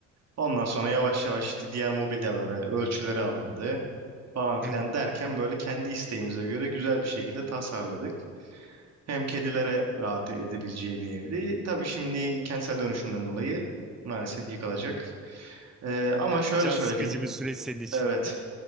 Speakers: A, on the right (about 60°); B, in the centre.
A: Ondan sonra yavaş yavaş işte diğer mobilyalara ölçüleri alındı falan filan
B: Hı hı.
A: derken böyle kendi isteğimize göre güzel bir şekilde tasarladık. Hem kedilere rahat edebileceği bir evdi. Tabii şimdi kentsel dönüşümden dolayı maalesef yıkılacak. Ee, ama
B: Biraz
A: şöyle
B: can
A: söyleyeyim.
B: sıkıcı bir süreç senin için.
A: Evet.